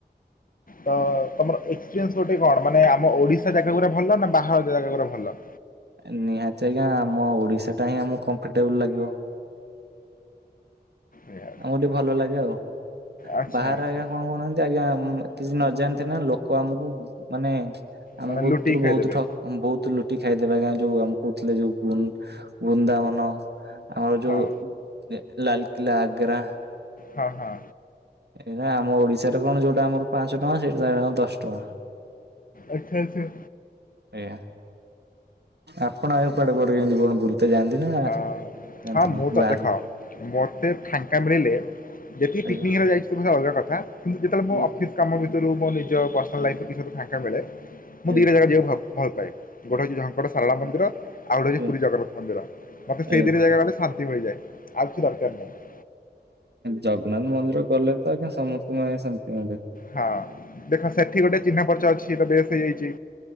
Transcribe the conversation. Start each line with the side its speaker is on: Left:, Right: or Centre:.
Left: ତ ତମର ଏକ୍ସପିରିଏନ୍ସ ଗୋଟେ କଣ? ମାନେ ଆମ ଓଡିଶା ଜାଗା ଗୁଡା ଭଲ ନା ବାହାର ଜାଗା ଗୁଡା ଭଲ?
Right: ନିହାତି ଆଜ୍ଞା, ଆମ ଓଡିଶା ଟା ହିଁ ଆମକୁ କମ୍ଫର୍ଟେବୁଲ ଲାଗିବ।
Left: ଏଇଆ।
Right: ଆମୋକୁ ଟିକେ ଭଲ ଲାଗେ ଆଉ
Left: ଆଚ୍ଛା
Right: ବାହାରେ
Left: ଆଚ୍ଛା
Right: ଆଜ୍ଞା କଣ କହୁନାହାନ୍ତି? ଆଜ୍ଞା, କିଛି ନଯାଣିନ୍ତି ନା ଲୋକ ଆମକୁ ମାନେ ଆମକୁରୁ
Left: ମାନେ ଲୁଟିକି ଖାଇଦେବେ
Right: ବହୁତ ଠକ ବହୁତ ଲୁଟି ଖାଇଦେବା ଆଜ୍ଞା ଯୋଉ ଆମେ କହୁଥିଲେ ଯୋଉ ବୃନ୍ଦାବନ- - ଆମର ଯୋଉ
Left: ହଁ
Right: ଲାଲକିଲ୍ଲା ଆଗ୍ରା
Left: ହଁ ହଁ।
Right: ଏଇ ଆମ ଓଡିଶାରେ କଣ ଯୋଉଟା ଆମର ପାଞ୍ଚ ଟଙ୍କା ସେଇଟା ଦଶ ଟଙ୍କା।
Left: ଆଛା ଆଚ୍ଛା।
Right: ଆଜ୍ଞା, ଆପଣ ଆଉ କୁଆଡେ କୁଆଡେ ଯେମିତି ବଣ ବୁଲ ତ ଜାନ୍ତିି ନା?
Left: ଅ
Right: ଯାଆନ୍ତିନି
Left: ହଁ ମୁଁ ତ
Right: ବାହାରୁ?
Left: ଦେଖ ମତେ ଫାଙ୍କା ମିଳିଲେ ଯେତିି
Right: ଆଜ୍ଞା
Left: ପିକନିକ ରେ ଯାଇଚି। ଅଲଗା କଥା କିନ୍ତୁ ଯେତେବେଳେ ମୁ
Right: ଆଜ୍ଞା
Left: ଅଫିସ୍ କାମ ମୋ ନିଜ ପର୍ସନାଲ ଲାଇଫରେ ଫାଙ୍କା ମିଳେ ମୁଁ
Right: ଆଜ୍ଞା
Left: ଦିଟା ଜାଗା ଯିବାକୁ ଭଲ ପାାଏ। ଗୋଟେ ହଉଚି ଝଙ୍କଟ ସାରଳା ମନ୍ଦିର ଆଉ ଗୋଟେ ହଉଚି
Right: ଆଜ୍ଞା
Left: ପୁରୀ ଜଗନ୍ନାଥ ମନ୍ଦିର। ମତେ
Right: ଆଜ୍ଞା।
Left: ସେଇଦିଟା ଜାଗା ଗଲେ ଶାନ୍ତି ମିଳିଯାଏ ଆଉ କିଛି ଦରକାର ନାହିଁ।
Right: ଜଗନ୍ନାଥ ମନ୍ଦିର ଗଲେ ତ ସମସ୍ତେଙ୍କୁ ଶାନ୍ତି ମିଳେ।
Left: ହଁ ଦେଖ ସେଠି ଗୋଟେ ଚିହ୍ନ ପରିଚୟ ଅଛି ଏଇଟା ବେଶ ହେଇଯାଇଚି